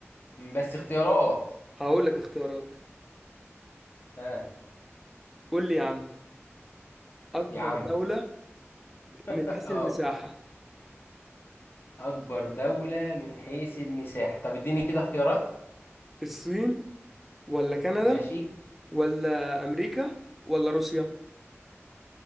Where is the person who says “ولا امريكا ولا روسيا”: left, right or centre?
Centre